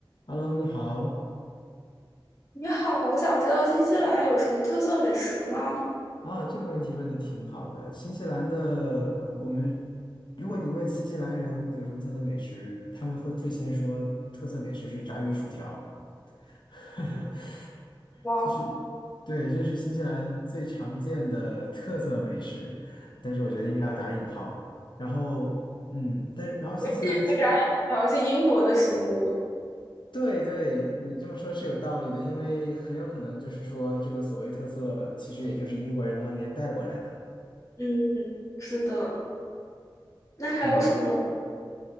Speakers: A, on the left; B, on the left.
A: Hello，你好
B: 你好，我想知道新西兰有什么特色美食吗？
A: 啊，这个问题问的挺好的。新西兰的，我们如果你问新西兰人有什么特色美食，他们会最先说特色美食是炸鱼薯条，<laughs>
B: 哇，
A: 就是对，这是新西兰最常见的特色美食，但是我觉得应该要打引号。然后，嗯，但然后新西兰其
B: 我也以为炸鱼薯条是英国的食物。
A: 对对，你这么说是有道理的，因为很有可能就是说这个所谓特色，其实也就是英国人当年带过来的。
B: 嗯，是的。那还有什么？
A: 嗯。